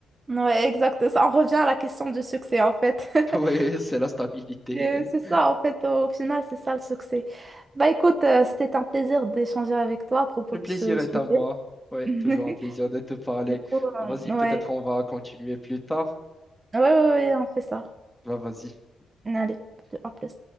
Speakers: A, on the right; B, in the centre.
A: Ouais, exact. Ça, on revient à la question du succès, en fait. <laughs>
B: <laughs> Oui, c'est la stabilité.
A: Euh, C'est ça,
B: <laughs>
A: en fait, au final, c'est ça le succès. Bah écoute, euh, c'était un plaisir d'échanger avec toi à propos
B: Le
A: de
B: plaisir
A: ce
B: est
A: sujet.
B: à moi. Oui,
A: <laughs>
B: toujours un plaisir de te parler.
A: Du coup, euh,
B: Vas-y, peut-être
A: ouais.
B: on va continuer plus tard.
A: Ouais, ouais, ouais, on fait ça.
B: Bah, vas-y.
A: Allez, à plus.